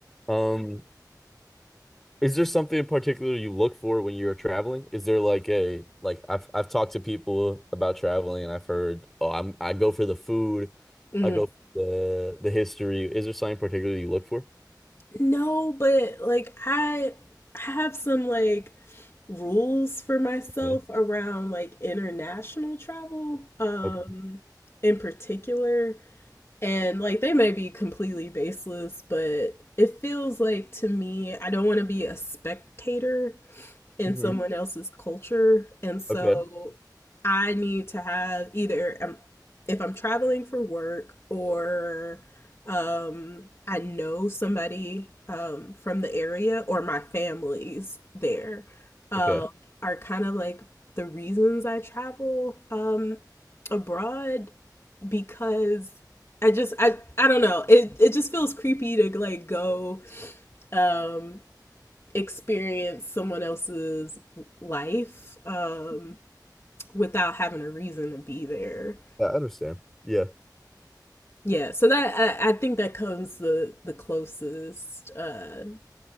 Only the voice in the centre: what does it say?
Um, is there something in particular you look for when you're traveling? Is there like a like I've I've talked to people about traveling and I've heard, oh, I'm I go for the food,
I go for the the history. Is there something in particular you look for?
Okay.
Okay.
hmm
Okay.
Okay.
I understand. Yeah.